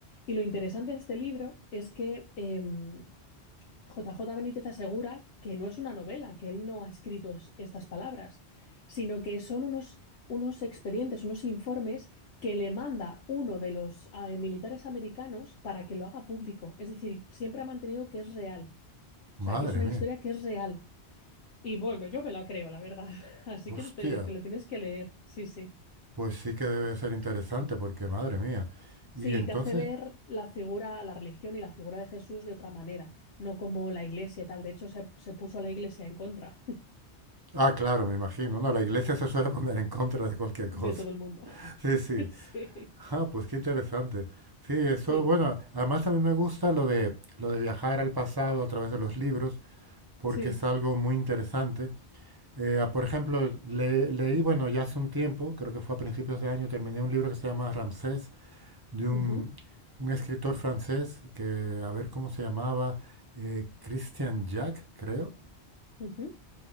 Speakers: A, on the left; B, on the right.
A: Y lo interesante de este libro es que em, JJ Benítez asegura que no es una novela, que él no ha escrito es- estas palabras, sino que son unos, unos expedientes, unos informes que le manda uno de los eh, militares americanos para que lo haga público. Es decir, siempre ha mantenido que es real,
B: Madre
A: o sea, que es una
B: mía.
A: historia que es real. Y bueno, yo me la creo, la verdad. <laughs> Así
B: Hostia.
A: que te, te lo tienes que leer, sí, sí.
B: Pues sí que debe ser interesante, porque madre mía.
A: Sí,
B: Y entonces,
A: te hace ver la figura, la religión y la figura de Jesús de otra manera, no como la iglesia y tal. De hecho, se se puso a la iglesia en contra.
B: ah, claro, me imagino. No, la iglesia se suele poner en contra de cualquier cosa.
A: de todo
B: <laughs>
A: el mundo.
B: Sí, sí.
A: <laughs> Sí,
B: Ah, pues qué interesante. Sí, eso,
A: sí,
B: bueno, además a mí me gusta lo de lo de viajar al pasado a través de los libros, porque
A: sí.
B: es algo muy interesante. Eh, ah, por ejemplo, le- leí, bueno, ya hace un tiempo, creo que fue a principios de año, terminé un libro que se llama Ramsés de un,
A: Ujú,
B: un escritor francés que, a ver cómo se llamaba, eh, Christian Jack, creo.
A: ujú,